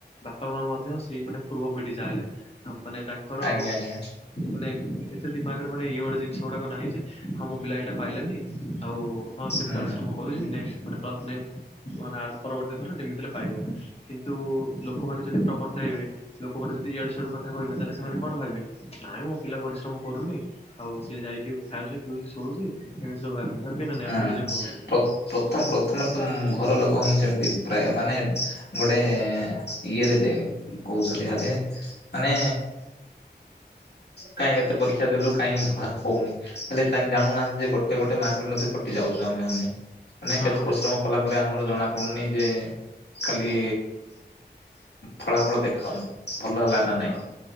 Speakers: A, on the left; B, on the left.
A: ବାପା ମାଆ ମଧ୍ୟ । ସେଇ ମାନେ ପୂର୍ବ ପିଢି ଯାହେଲେ ଆମ ମାନେ ତାଙ୍କର
B: ଆଜ୍ଞା ଆଜ୍ଞା
A: ମାନେ । ଏତେ ଦିମାଗ୍ ରେ ମାନେ ଇଏ ଗୁଟେ ଜିନିଷ ଗୁଡାକ ନାହିଁ ଯେ ହଁ ମୋ ପିଲା ଏଇଟା ପାଇଲାନି ଆଉ ‌। ହଁ ସେ
B: ହୁଁ
A: ପରିଶ୍ରମ କରୁଛି ନେକସ୍ ମାନେ ପ୍ରବଲେମ ମାନେ ଆର ପରବର୍ତ୍ତୀ ଥର ଯେମିତି ହେଲେ ପାଇବ କିନ୍ତୁ ଲୋକମାନେ ଯଦି ପ୍ରବର୍ତ୍ତାଇ ତାଇବେ ଲୋକମାନେ ଯଦି ଇଆଡୁ ସିଆଡୁ କଥା କହିବେ ତାହେଲେ ସେମାନେ କଣ ଭାବିବେ ନାଇଁ ମୋ ପିଲା ପରିଶ୍ରମ କରୁନି । ଆଉ ସିଏ ଯାଇକି ଖାଉଛି ପିଉଛି ଶୋଉଛି ଏମିତି ସବୁ ଭାବିବେ। ଭାବିବେ ନା ନାଇଁ ଆପଣ
B: ଆଁ
A: ନିଜେ କୁହନ୍ତୁ।
B: ପ ପଥମ ପ୍ରଥମ ରେ ତ ଘର ଲୋକ ହିଁ ସେମିତି। ପ୍ରାୟ ମାନେ ଗୋଟେ ଇଏରେ ଦେ କହୁଛନ୍ତି ଖାଲି ମାନେ କାଇଁ ଏତେ ପରୀ କ୍ଷା ଦେଲୁ କାହିଁ ହାଁ ହଉନି ହେଲେ ତାଙ୍କ ଜାଣୁ ନାହାନ୍ତି ଯେ ଗୋଟେ ଗୋଟେ ମାର୍କରେ ମଧ୍ୟ । କଟି ଯାଉଛୁ ଆମେ ମାନେ ମାନେ
A: ହଁ
B: କେତେ ପରିଶ୍ରମ କଲା ପରେ ଆମର ଜଣା ପଡୁନି ଯେ । ଖାଲି ଫଳା ଫଳ ଦେଖାଅ ଭଲ ହେଲା ନା ନାଇଁ।
A: ହଁ